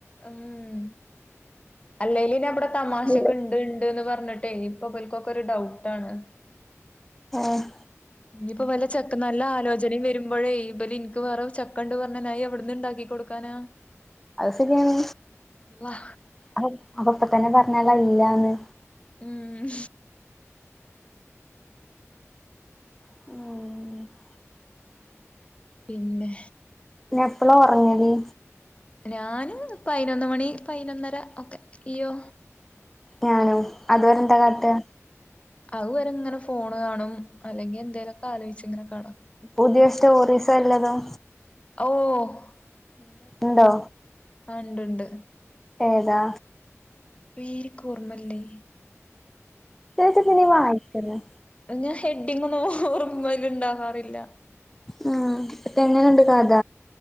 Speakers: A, on the left; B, in the centre.
A: ഉം അല്ലേലും നഅവിടെ തമാശക്കെ
B: ഇതില്
A: ഉണ്ട്ണ്ട്ന്ന് പറഞ്ഞി ട്ടേ ഇപ്പൊ ഇബര്ക്കൊക്കെ ഒരു ഡൗട്ടാണ്.
B: ആഹ്
A: ഇനിയിപ്പോ വല്ല ചെക്ക് നല്ല ആലോചനയും വരുമ്പോഴേ ഇബലിൻക് വേറെ ഒരുചെക്കൻ ഉണ്ടു പറഞ്ഞ നായി എവിടന്ന് ഉണ്ടാക്കി കൊടുക്കാനാ?
B: അത് ശരിയാണ്
A: അള്ളാ
B: അ അപ്പൊപ്പ തന്നെ പറഞ്ഞാലോ അയില്ലാന്ന്.
A: ഉം
B: ഉം
A: പിന്നെ?
B: ന്നെ എപ്പളാ ഒറങ്ങല്?
A: ഞാനു പയിനൊന്ന് മണി പയിനൊന്നര ഒക്കെ ഇയ്യോ
B: ഞാനും അതുവരെ എന്താ കാട്ടാ
A: അവുരെ ഇങ്ങനെ ഫോണ് കാണും അല്ലെങ്കിൽ എന്തേലുമൊക്കെ ആലോചിച്ച് ഇങ്ങനെ കെട
B: പുതിയ സ്റ്റോറിസ് വല്ലതും
A: ഔ ഒ അഹ്
B: ഉണ്ടോ
A: ഇണ്ട്ണ്ട്.
B: ഏതാ?
A: പീലിക്കുർന്നല്ലേ.
B: ചേച്ചി പിന്നെയും വായിക്കണ്-
A: ഞാൻ ഹെഡിങ്ങൊന്നും ഓർമയിൽ ഇണ്ടാകാറില്ല.
B: ഉം ഇപ്പ ത് എങ്ങനുണ്ട് കഥ?